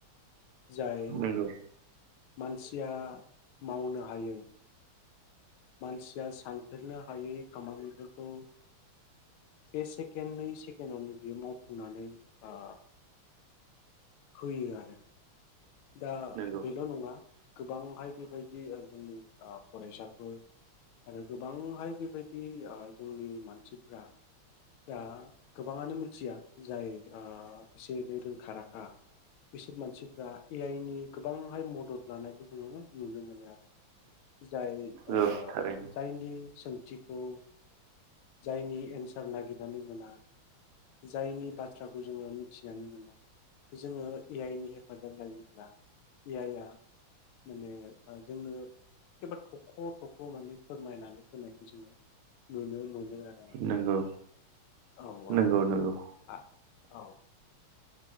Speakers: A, on the left; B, on the right.
A: जाय
B: नंगौ
A: मानसिया मावनो हायै मानसिया सानफेरनो हायै खामानिफोरखौ से सेकेण्ड नै सेकेण्डआवनो बियो मावफुंनानै ओ होयो आरो दा
B: नंगौ
A: बेल' नङा गोबांहाय बेबायदि ओ जोंनि ओ फरायसाफोर आरो गोबांहाय बेबायदि ओ जोंनि मानसिफ्रा दा गोबाङानो मिथिया जाय ओ एसे एनै रोंखा राखा बिसोर मानसिफ्रा ए आइ नि गोबांहाय मदद लानायखौ जोङो नुनो मोनो आरो जाय
B: औ
A: ओ
B: थारैनो
A: जायनि सोंथिखौ जायनि एन्सार नागिरनानै मोना जायनि बाथ्राखौ जोङो मिथिनानै मोना जोङो ए आइ नि हेफाजाब लायोब्ला ए आइआ माने जोङो एबा थख' थख' माने फोरमायनानै होनायखौ जोङो नुनो मोनो आरो माने
B: नंगौ
A: औ
B: नंगौ
A: औ औ
B: नंगौ
A: आ औ